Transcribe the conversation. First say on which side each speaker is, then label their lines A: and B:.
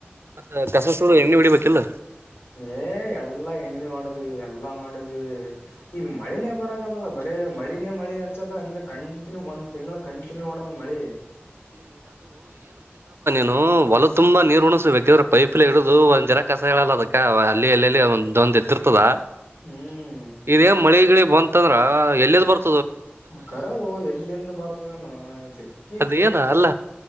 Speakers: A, on the right; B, on the left.
A: ಮತ್ತ ಕಸ ಸುಡು ಎಣ್ಣಿ ಹೊಡಿಬೇಕಿಲ್ಲ.
B: ಏ ಎಲ್ಲಾ ಎಣ್ಣೆ ಒಡದ್ವಿ ಎಲ್ಲಾ ಮಾಡಿದ್ವಿ ಈಗ ಮಳಿನೇ ಬರಕತದ ಬ. ಏ ಮಳಿನೇ ಮಳಿ ಹಚ್ಚದ ಅಂದೆ ಕಂಟಿನ್ಯೂ ಒಂದ ತಿಂಗಳ ಕಂಟಿನ್ಯೂ ಹೊಡದಾದ ಮಳಿ.
A: ಹ್ಮ್ಮ್ ಹೋಲದ ತುಂಬಾ ನೀರ ಉಣಿಸ ಬೇಕಿದ್ರ ಪೈಪ್ಲೆ ಇಡುದು ಒಂದ ಜರ ಕಸ ಹೇಳಲ್ಲ ಅದಕ್ಕ ಅಲ್ಲಿ ಎಲ್ಲಲ್ಲಿ ಒಂದ. ಎದಿರತಾದ
B: ಹ್ಮ್
A: ಇದೇ ಮಳಿ ಗಿಳಿ ಬಂತಂದ್ರ ಎಲ್ಲಿದ ಬರ್ತ.
B: ಕರೆವೋ ಎಲ್ಲಿಂದ ಬರ್ತದೇನ ಜಗ್ಗೀಫ.
A: ನೀ ಏನ ಅಲ್ಲ